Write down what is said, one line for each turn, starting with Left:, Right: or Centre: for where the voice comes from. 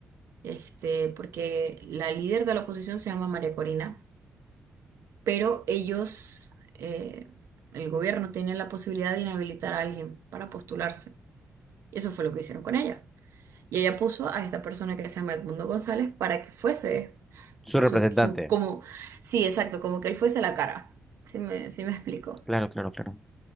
Right: este, porque la líder de la oposición se llama María Corina, pero ellos, eh, el gobierno tiene la posibilidad de inhabilitar a alguien para postularse. Y eso fue lo que hicieron con ella. Y ella puso a esta persona que se llama Edmundo González para que fuese.
Centre: Su representante.
Right: su, su, como, sí, exacto, como que él fuese la cara. Sí me, sí me <laughs> explico.
Centre: Claro, claro, claro.